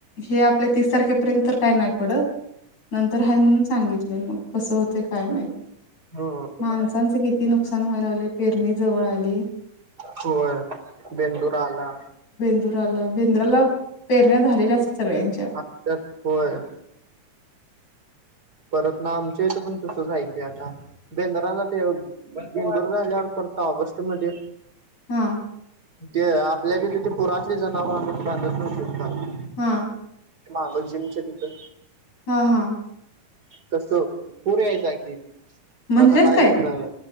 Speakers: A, on the left; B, on the right.
A: हे आपल्या तीस तारखेपर्यंत तर काय नाही पडत नंतर ह म्हणून सांगितलंय मग कसं होते काय माहिती
B: ह
A: माणसांचे किती नुकसान व्हायला लागले पेरणी जवळ आले
B: होय बेंदूर आला
A: दूर बेंद्राला पेरण्या झालेल्या असतात सगळ्यांच्या
B: मागतात होय परत ना आमच्या इथे पण तसं जाय क आहे आता बेंदाराला ते बेंदूर झाल्यावर परत ऑगस्ट मध्ये
A: हा
B: ते ल के तिथे पुरातली जनावर म्हणून बांधत नाही शकता
A: हा
B: मगं जिमच्या तिथं
A: हा हा
B: तस पूर यायचा की
A: म्हणलेत
B: आता काहीच
A: काय
B: नाही